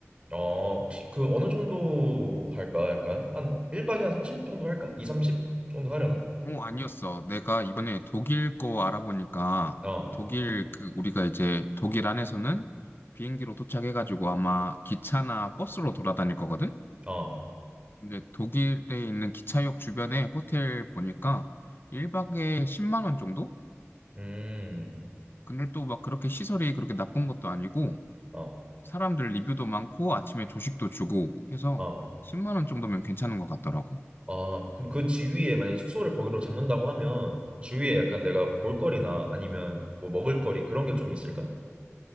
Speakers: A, on the right; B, on the left.
A: 어, 혹시 그 어느 정도 할까? 약간 한 1박에 한 30 정도 할까? 2, 30 정도 하려나?
B: 뭐 아니었어. 내가 이번에 독일 거 알아보니까
A: 어,
B: 독일 그 우리가 이제 독일 안에서는 비행기로 도착해가지고 아마 기차나 버스로 돌아다닐 거거든?
A: 어,
B: 근데 독일에 있는 기차역 주변에 호텔 보니까 1박에 10만 원 정도?
A: 음,
B: 근데 또 막 그렇게 시설이 그렇게 나쁜 것도 아니고
A: 어,
B: 사람들 리뷰도 많고 아침에 조식도 주고 해서
A: 어,
B: 10만 원 정도면 괜찮은 것 같더라고.
A: 어. 그럼 그 지위에 만약에 숙소를 거기로 잡는다고 하면 주위에 약간
B: 음.
A: 내가 볼거리나 아니면 뭐 먹을거리 그런 게 좀 있을까?